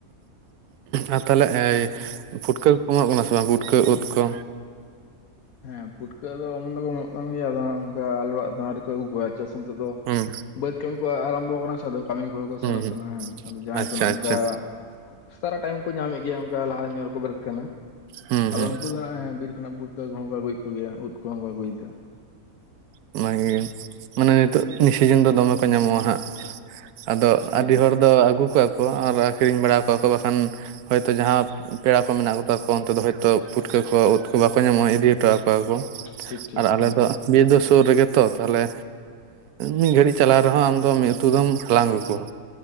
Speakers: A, on the right; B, on the left.
A: ᱟᱨ ᱛᱟᱦᱚᱞᱮ ᱯᱷᱩᱴᱠᱟᱹ ᱠᱚ ᱠᱚ ᱚᱢᱚᱱᱜ ᱠᱟᱱᱟ ᱥᱮ ᱵᱟᱝ ᱯᱷᱩᱴᱠᱟᱹ ᱩᱫ ᱠᱚ?
B: ᱦᱮᱸ ᱯᱷᱩᱴᱠᱟᱹ ᱫᱚ ᱚᱢᱚᱱ ᱫᱚᱠᱚ ᱮᱢᱚᱱᱜ ᱠᱟᱱ ᱜᱮᱭᱟ ᱟᱫᱚ ᱦᱟᱜ ᱚᱱᱠᱟ ᱟᱞᱮ ᱚᱲᱟ ᱫᱟᱜ ᱦᱟᱜ. ᱟᱹᱨᱤ ᱠᱚ ᱚᱜᱩ ᱠᱚᱭᱟ ᱪᱮᱫᱟᱥᱮ ᱱᱤᱛᱚᱜ ᱫᱚᱼᱼ
A: ᱦᱩᱢ
B: ᱠᱟᱹᱢᱤ ᱠᱚ ᱟᱨᱟᱢᱵᱷᱚ ᱠᱟᱱᱟ ᱥᱮ ᱟᱫᱚ ᱠᱟᱹᱢᱤ ᱠᱚᱦᱚᱸ ᱠᱚ ᱥᱮᱱᱚᱜ
A: ᱦᱩᱸ
B: ᱠᱟᱱᱟᱸ ᱟᱫᱚ ᱡᱟᱦᱟᱸᱭ
A: ᱟᱪᱪᱷᱟ
B: ᱠᱚ ᱱᱟᱦᱟᱜ ᱚᱱᱠᱟᱼᱼ
A: ᱟᱪᱪᱷᱟ
B: ᱥᱮᱛᱟᱜ ᱨᱮ ᱴᱟᱭᱤᱢ ᱠᱚ ᱧᱟᱢᱮᱜ ᱜᱮᱭᱟ ᱚᱱᱠᱟ ᱞᱟᱦᱟ ᱧᱚᱜ ᱵᱮᱨᱮᱫ ᱟᱠᱟᱱᱟ
A: ᱦᱩᱸ
B: ᱟᱫᱚ
A: ᱦᱩᱸ
B: ᱩᱱᱠᱩ ᱫᱚ ᱵᱤᱨ ᱠᱷᱚᱱᱟᱜ ᱯᱩᱴᱠᱟᱹ ᱠᱚᱦᱚᱸ ᱠᱚ ᱟᱹᱜᱩᱭᱮᱫ ᱠᱚᱜᱮᱭᱟ ᱩᱫᱽ ᱠᱚ ᱦᱚ ᱠᱚ ᱟᱜᱩᱭ ᱫᱟ,
A: ᱚᱱᱟᱜᱮ ᱢᱟᱱᱮ ᱱᱤᱛᱚᱜ ᱱᱤᱥᱤᱡᱚᱱ ᱫᱚ ᱫᱚᱢᱮ ᱠᱚ ᱧᱟᱢᱚᱜᱼᱟ ᱦᱟᱸᱜ ᱾ ᱟᱫᱚ
B: ᱦᱮᱸ
A: ᱟᱹᱰᱤ ᱦᱚᱲ ᱫᱚ ᱟᱹᱜᱩ ᱠᱚᱣᱟ ᱠᱚ ᱟᱨ ᱟᱹᱠᱷᱨᱤᱧ ᱵᱟᱲᱟ ᱠᱚᱣᱟ ᱠᱚ, ᱵᱟᱠᱷᱟᱱ ᱦᱚᱭᱛᱳ ᱡᱟᱦᱟᱸ ᱯᱮᱲᱟ ᱠᱚ ᱢᱮᱱᱟᱜ ᱠᱚᱛᱟ ᱠᱚᱣᱟ ᱚᱱᱛᱮ ᱫᱚ ᱦᱚᱭᱛᱚ ᱯᱩᱴᱠᱟᱹ ᱠᱚ ᱩᱫ ᱠᱚ ᱵᱟᱠᱚ ᱧᱟᱢᱚᱜᱼᱟ ᱤᱫᱤ ᱦᱚᱴᱚᱣ ᱟᱠᱚ ᱾
B: ᱴᱷᱤᱠ ᱴᱷᱤᱠ
A: ᱟᱨ ᱟᱞᱮ
B: ᱦᱮᱸ
A: ᱫᱚ ᱢᱤᱫ ᱫᱚ ᱥᱩᱨ ᱨᱮᱜᱮ ᱛᱚ ᱛᱟᱦᱞᱮ ᱢᱤᱫ ᱜᱷᱟᱹᱲᱤᱡ ᱪᱟᱞᱟᱣ ᱨᱮᱦᱚᱸ ᱟᱢᱫᱚ ᱢᱤᱫ ᱩᱛᱩ ᱫᱚᱢ ᱦᱟᱞᱟᱝ ᱟᱹᱜᱩ ᱠᱚᱣᱟ᱾